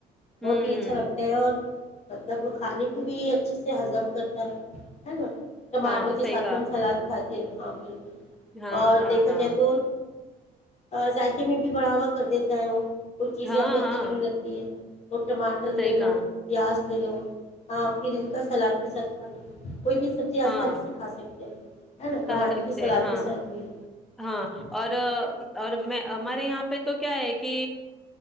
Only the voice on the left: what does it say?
بہت
ہی اچھا
لگتا ہے اور مطلب کھانے کو بھی اچھے سے ہضم کرتا ہے ہے نا ٹماٹر
کے
ساتھ
میں
ہم سلاد
کھاتے ہیں وہاں بھی
اور
دیکھا
جائے تو ا ذائقے میں بھی بڑھاوا کر دیتا ہے وہ کچھ چیزیں
ہمیں اچھی
نہیں لگتی ہیں تو ٹماٹر
لے
لو پیاز لے لو ہاں پھر ان کا سلاد کے ساتھ کھا لو کوئی بھی سبزی
آسانی سے کھا سکتے ہیں نا
ٹماٹر
کی
آپ کے ساتھ میں